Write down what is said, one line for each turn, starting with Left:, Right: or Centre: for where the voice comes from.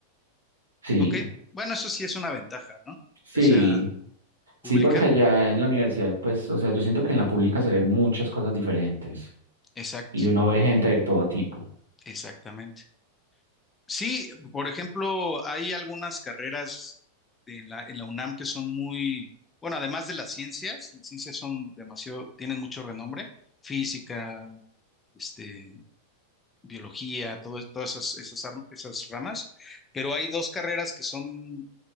Right: Sí,
Left: Ok, bueno, eso sí es una ventaja, ¿no?
Right: sí.
Left: Que sea pública.
Right: Sí, porque allá en la universidad, pues, o sea, yo siento que en la pública se ven muchas cosas diferentes
Left: Exacto,
Right: y uno ve gente de todo tipo.
Left: exactamente. Sí, por ejemplo, hay algunas carreras en la, en la UNAM que son muy, bueno, además de las ciencias, las ciencias son demasiado, tienen mucho renombre, física, este, biología, todo- todas esas, esas, ar- esas ramas, pero hay dos carreras que son